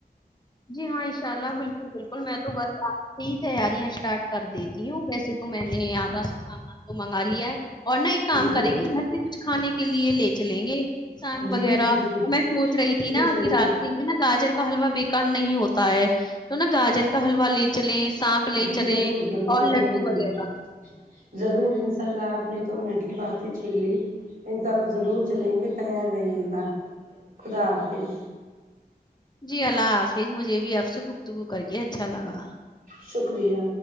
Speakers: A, on the left; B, on the right.
A: جی ہاں انشاء اللہ بالکل بالکل میں تو بس آ ج سے ہی تیاریاں اسٹارٹ کر دیتی ہوں ویسے تو میں نے آدھا سے سامان تو منگا لیا ہے اور نہ ایک کام
B: جی
A: کریں گے گھر پے کچھ کھانے کے لیے لے چلیں گے ساگ
B: جی
A: وغیرہ
B: جی
A: اور
B: جی
A: میں سوچ رہی
B: جی
A: تھی نا
B: ضرور
A: کی راستے میں نا گاجر کا حلوا بے کار نہیں ہوتا ہے تو نا گاجر کا حلوا لے چلیں ساگ لے
B: جی
A: چلیں
B: ضرور ضرور
A: اور
B: ضرور
A: لڈو
B: ضرور
A: وغیرہ
B: ضرور ان شاء اللہ آپ نے تو منہ کی بات ہی چھین لی انشاء اللہ ضرور چلیں گے تیار رہیے گا خدا حافظ
A: جی اللہ حافظ مجھے بھی آپ سے گفتگو کر کے اچھا لگا
B: شکریہ